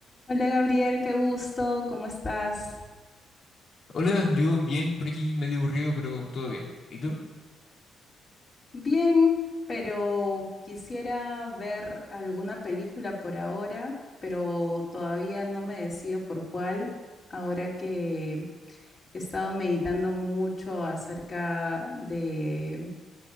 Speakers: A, on the left; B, on the left.
A: Hola Gabriel, qué gusto, ¿cómo estás?
B: Hola, yo bien por aquí, medio aburrido, pero todo bien. ¿Y tú?
A: Bien, pero quisiera ver alguna película por ahora, pero todavía no me decido por cuál, ahora que He estado meditando mucho acerca de